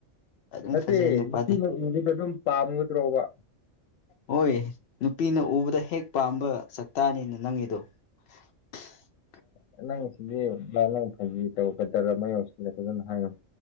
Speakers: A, on the left; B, on the left.
A: ꯑꯗꯨꯝ
B: ꯅꯠꯇꯦ
A: ꯐꯖꯩ ꯅꯨꯄꯥꯗꯤ
B: ꯅꯨꯄꯤꯅ ꯎꯅꯤꯗ ꯗꯨꯝ ꯄꯥꯝꯒꯗ꯭ꯔꯣꯕ
A: ꯍꯣꯏ ꯅꯨꯄꯤꯅ ꯎꯕꯗ ꯍꯦꯛ ꯄꯥꯝꯕ ꯆꯥꯛꯇꯥꯅꯤꯅ ꯅꯪꯒꯤꯗꯣ <unintelligible>
B: ꯑ ꯅꯪ ꯁꯤꯗꯤ ꯃꯥ ꯅꯪ ꯐꯖꯤ ꯇꯧꯒꯗ꯭ꯔꯥ ꯃ ꯌꯧꯁꯤꯂꯦ ꯐꯖꯅ ꯍꯥꯏꯉꯣ